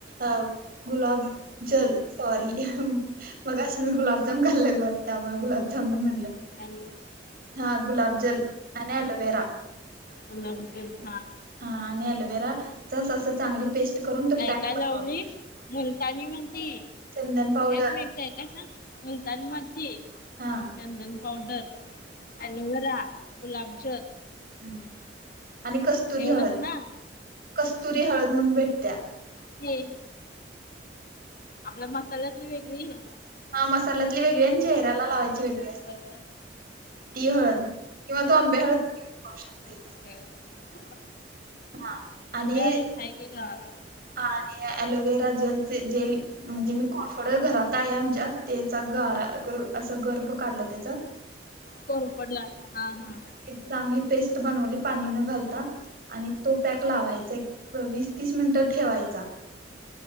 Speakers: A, on the right (about 55°); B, on the left (about 55°).
A: अ गुलाब जल सॉरी मगाशी- मी गुलाबजाम खाल्लं ग त्यामुळे
B: हॅलो.
A: गुलाबजामुन म्हणलं.
B: हॅलो
A: हा गुलाब जल आणि ॲलोवेरा.
B: गुलाबजल हां.
A: आ आणि ॲलोवेरा जस जस असं चांगली पेस्ट- करून तो
B: काय
A: पॅक
B: काय
A: बनव
B: लावलीस, मुलतानी माती
A: चंदन पावडर
B: एक मिनिटं- काय काय सांग मुलतानी माती
A: हा
B: चंदन पावडर, ॲलोवेरा, गुलाबजल
A: ह आणि कस्तुरी
B: एवढंच
A: हळद
B: ना
A: कस्तुरी हळद म्हणून भेटत्या.
B: ती. आपल्या मसाल्यातली वेगळीय.
A: हां मसाल्यातली वेगळी अन चेहऱ्याला लावायची वेगळी आहे.
B: बरबर
A: ती हळद किंवा तू अंबे हळद चा उपयोग करुशकते.
B: हम्म
A: हा आणि
B: आंबी हळद हाय की घरात.
A: आणि ॲलोवेरा जलचे जेल- म्हणजे मी कोरफड घरात आहे आमच्या, तेचा गारा असं गर्भ काढलं त्याचं. <inaudible>
B: कोरफडला हा हा
A: एक चांगली पेस्ट बनवली पाणी न घालता. आणि तो पॅक लावायचा, एक वीस तीस मिनिटं ठेवायचा‌.